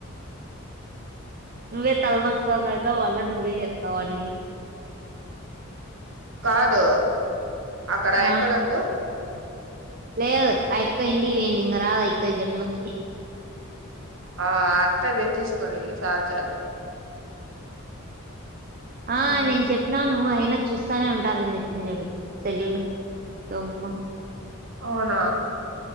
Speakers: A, on the right (about 40°); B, on the right (about 65°).
A: నువ్వే తలనొస్తాందట వాళ్ళ నువ్వే ఎస్తావన్నీ
B: కాదు అక్కడ
A: ఆ
B: అక్క గళ్ళు
A: లేదు ఆ ఇక్క ఇండి ఇంక రాదు ఇక్క జన్మకి
B: ఆ అంతేదే తీసుకోని సార్ చేత
A: ఆ
B: ఉమ్,
A: నేను చెప్పినను అయిన చూస్తానే ఉంటారుని చెప్పి చడు చెల్యళ దొంగమ
B: అవునా